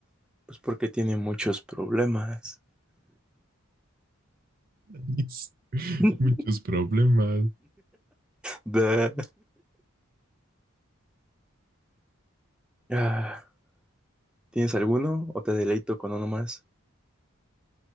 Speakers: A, in the centre; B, on the right.
A: Pues porque tiene muchos problemas.
B: <laughs>
A: <laughs>
B: Muchos problemas.
A: Da. Ah, ¿tienes alguno o te deleito con uno más?